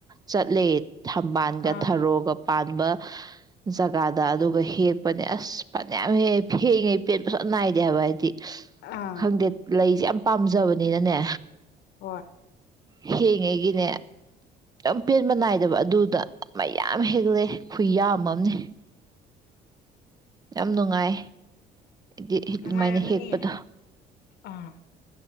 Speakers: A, on the right; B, on the left.
A: ꯆꯠꯂꯦ ꯊꯝꯕꯥꯜꯒ
B: ꯑꯥ
A: ꯊꯔꯣꯒ ꯄꯥꯟꯕ ꯖꯒꯥꯗ ꯑꯗꯨꯒ ꯍꯦꯛꯄꯅꯦ ꯑꯁ ꯐꯅꯌꯥꯝ ꯍꯦꯛꯑꯦ ꯐꯦꯡꯉꯦ ꯄꯦꯟꯕ <unintelligible> ꯅꯥꯏꯗꯦꯕ ꯍꯥꯏꯕ ꯑꯩꯗꯤ꯫
B: ꯑꯥ
A: ꯈꯪꯗꯦ ꯂꯩ ꯌꯥꯝ ꯄꯥꯝꯖꯕꯅꯤꯅꯅꯦ
B: ꯍꯣꯏ꯫
A: ꯍꯦꯛꯏꯉꯩꯒꯤꯅꯦ <unintelligible> ꯄꯦꯟꯕ ꯅꯥꯏꯗꯕ ꯑꯗꯨꯗ ꯃꯌꯥꯝ ꯍꯦꯜꯂꯛꯑꯦ ꯈꯨꯌꯥꯝꯑꯝꯅꯤ꯫ ꯌꯥꯝ ꯅꯨꯡꯉꯥꯏ <unintelligible> ꯑꯗꯨꯃꯥꯏꯅ
B: ꯅꯨꯡꯉꯥꯏꯔꯝꯒꯅꯤꯌꯦ
A: ꯍꯦꯛꯄꯗ
B: ꯑꯥ